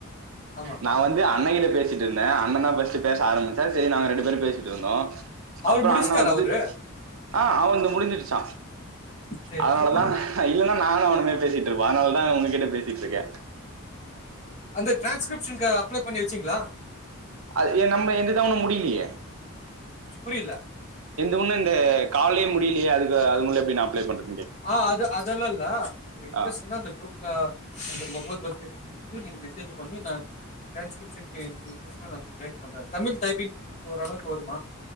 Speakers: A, on the left (about 35°); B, on the right (about 75°).
A: ஆமா.
B: நா வந்து அண்ணங்கிட்ட பேசிட்டு இருந்தே அண்ணந்தா ஃபர்ஸ்டு பேச ஆரம்பிச்சா செரி நாங்க ரெண்டு பேரு பே சிட்டு இருந்தோ
A: அவரு
B: அப்றொ
A: முடிச்சுட்டாரு
B: அண்ண வந்து
A: அவரு?
B: ஆ அவன்ந்து முடிஞ்சிருச்சா
A: சரி,
B: அதனாலதா
A: சரி, சரி.
B: இல்லன்னா நானு அவனுமே பேசிட்ருப்போ அதனால தா உனக்கு கிட பேசிட் இருக்கே
A: அந்த டிரான்ஸ்கிரிப்ஷ்ன்னு அப்ளை பண்ணி வச்சீங்களா
B: அது ஏ நம்ம எந்த த ஒண்ணு முடியலையே
A: புரியில
B: ஒன்னு இந்த காலே முடியலையே அதுக்கு அதுக்குள்ள எப்டி நா அப்ளை பண்றது
A: ஆ‌ அது அதெல்லா இல்ல <unintelligible>
B: ஆ
A: அந்த குரூப்ல அந்த <unintelligible> இவருக்கு வந்து நீங்க மெசேஜ் பண்ணி நா ட்ரான்ஸ்கிரிப்ஷன் <unintelligible> ஜாயின் பண்றே தமிழ் டைப்பிங் ஓரளவுக்கு வருமா